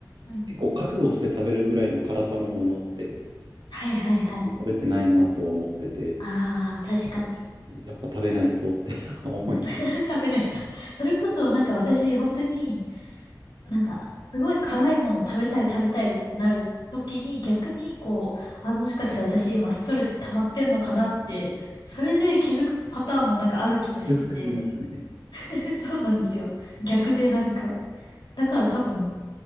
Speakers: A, on the left (about 80°); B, on the right (about 85°).
A: うん。うん。
B: 結構覚悟して食べるぐらいの辛さのものって
A: はいはいはい。
B: 食べてないなとは思ってて。
A: ああ、確かに。
B: やっぱ食べないとって <laughs> 思います。
A: うん。<laughs> 食べないと。<laughs> それこそなんか私、本当に、なんか、すごい辛いもの食べたい食べたいってなる時に逆にこう、あ、もしかして私今ストレス溜まってんのかなって、それで気づくパターンもなんかある気がしてて。
B: 気をつくんですね。
A: <laughs> そうなんですよ。逆でなんか。だから多分、